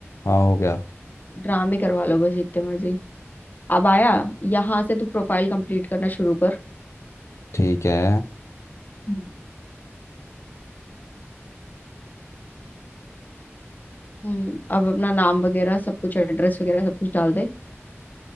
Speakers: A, on the left; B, on the left.
A: हाँ हो गया
B: ड्रामे करवा लो बस जितने मर्जी अब आया यहाँ से तू प्रोफाइल कंप्लीट करना शुरू कर
A: ठीक है
B: हम्म। हम्म अब अपना नाम वगैरह सब कुछ एड्रेस वगैरह सब कुछ डाल दे